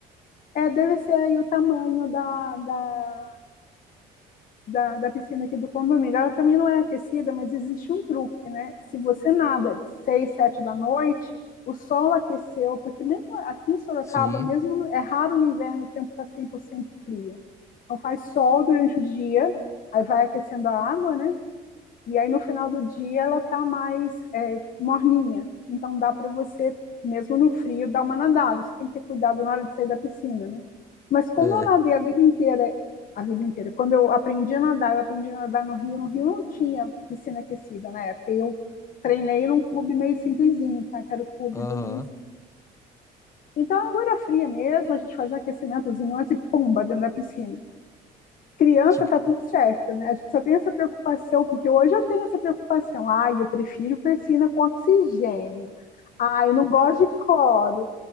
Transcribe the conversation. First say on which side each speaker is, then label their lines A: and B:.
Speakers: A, on the left; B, on the left.
A: É, deve ser aí o tamanho da, da da, da piscina aqui do condomínio. Ela também não é aquecida, mas existe um truque, né? Se você nada seis, sete da noite, o sol aqueceu, porque mesmo aqui em Sorocaba,
B: Sim,
A: mesmo é raro no inverno o tempo está 100% frio. Então faz sol durante o dia, aí vai aquecendo a água, né? E aí no final do dia ela tá mais é, morninha. Então dá para você, mesmo no frio, dar uma nadada. Você tem que ter cuidado na hora de sair da piscina, né? Mas como
B: é,
A: eu nadei a vida inteira, a vida inteira, quando eu aprendi a nadar, eu aprendi a nadar no Rio. No Rio não tinha piscina aquecida na época. eu treinei num clube meio simplesinho, tá? Que era o clube
B: aham.
A: do município. Então a água era fria mesmo, a gente fazia um aquecimentozinho antes e pumba dentro da piscina criança
B: Tinha
A: tá
B: que-
A: tudo certo, né? A gente só tem essa preocupação, porque hoje eu tenho essa preocupação. Ah, eu prefiro persina com oxigênio. Ah, eu não gosto de cloro.